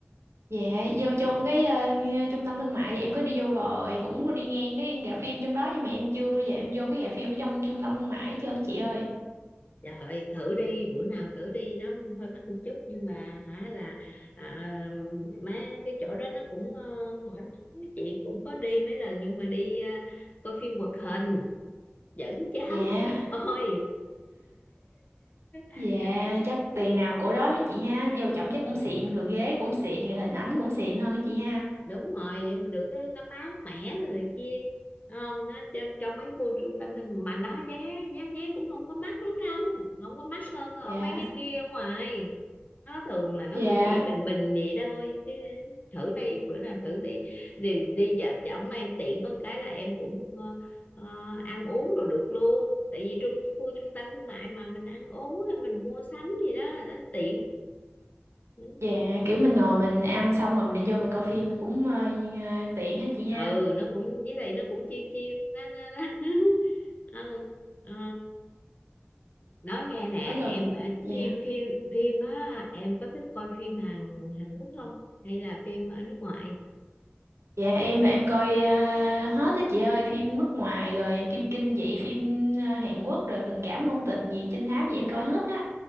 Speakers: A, on the right; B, on the left.
A: Dạ, vô trong cái ờ, trung tâm thương mại thì em có đi vô rồi, cũng có đi ngang cái rạp phim trong đó nhưng mà em chưa bao giờ em vô cái rạp phim ở trong trung tâm thương mại hết trơn chị ơi.
B: trời ơi thử đi bữa nào thử đi nó hơi mắc một chút nhưng mà hả là à, mấy cái chỗ đó nó cũng ờ, thoải mái chị cũng có đi mấy lần nhưng mà đi ờ, coi phim hoạt hình dẫn cháu
A: Dạ,
B: đi coi
A: dạ
B: <laughs>
A: chắc tiền nào của đó hết chị ha, vô trọng chắc cũng
B: ừ.
A: xịn rồi ghế cũng xịn rồi hình ảnh cũng xịn hơn á chị ha.
B: đúng rồi nhưng mà được cái nó bán mẻ rồi này kia không nó trong, trong mấy khu trung tâm thương mà nó giá giá vé cũng không có mắc lắm đâu không có mắc hơn ở
A: Dạ,
B: mấy cái kia ở ngoài nó thường là nó
A: dạ.
B: cũng chỉ bình bình vậy thôi chứ thử đi bữa nào thử đi đi đi vợ chồng em tiện có cái là em cũng ờ, ờ, ăn uống rồi được luôn tại vì trung khu trung tâm thương mại mà mình ăn uống mình mua sắm gì đó nó tiện Ừ.
A: Dạ kiểu mình ngồi mình ăn xong rồi mình đi vô mình coi phim mình cũng ờ, như- tiện hết chị ha.
B: ừ nó cũng với lại nó cũng chiêu chiêu nó, nó, nó. <laughs> Ừ, ờ, nói nghe nè
A: Ở gần.
B: em ờ,
A: Dạ.
B: phim phim phim á em có thích coi phim Hàn Hàn Quốc không hay là phim ờ, nước ngoài
A: Dạ
B: hay
A: em
B: là phim
A: là em coi ờ, hết á chị ơi, phim nước ngoài rồi em kim kinh dị, phim ờ, Hàn Quốc rồi tình cảm ngôn tình gì, trinh thám gì em coi hết á.